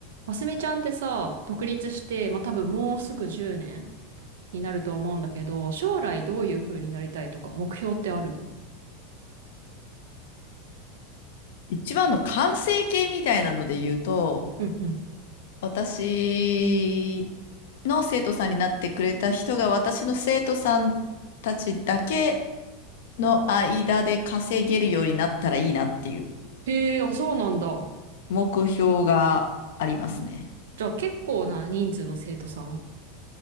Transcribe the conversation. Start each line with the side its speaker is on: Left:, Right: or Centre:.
Right: あすみちゃんってさ、独立して、まあ、多分もうすぐ10年になると思うんだけど、将来どういう風になりたいとか、目標ってあるの
Left: 一番の完成形みたいなので言うと、
Right: うんうん。
Left: 私の生徒さんになってくれた人が私の生徒さんたちだけの間で稼げるようになったらいいなっていう
Right: へえ、あ、そうなんだ。
Left: 目標がありますね。
Right: じゃあ結構な人数の生徒さんを